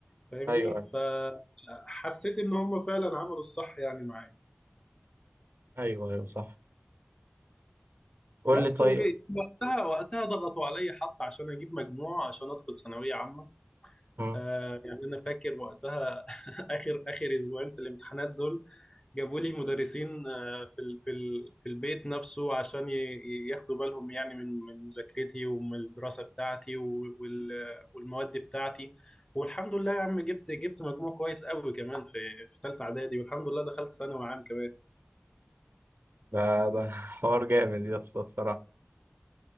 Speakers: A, on the left (about 20°); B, on the right (about 65°).
A: فاهمني
B: ايوه
A: فحسيت ان هم فعلا عملوا الصح يعني معايا
B: ايوه ايوه صح قول
A: بس
B: لي طيب
A: وجيت وقتها وقتها ضغطوا عليا حتى عشان اجيب مجموع عشان ادخل ثانويه عامه
B: مم.
A: آه يعني انا فاكر وقتها <laughs> اخر اخر اسبوعين في الامتحانات دول جابوا لي مدرسين آه، في ال- في ال- في البيت نفسه عشان ي- ي- ياخدوا بالهم يعني من من مذاكرتي ومن الدراسه بتاعتي و- وال- والمواد بتاعتي والحمد لله يا عم جبت جبت مجموع كويس قوي كمان في في ثالثه اعدادي والحمد لله دخلت ثانوي عام كمان
B: ده ده <laughs> حوار جامد يا اسطى بصراحة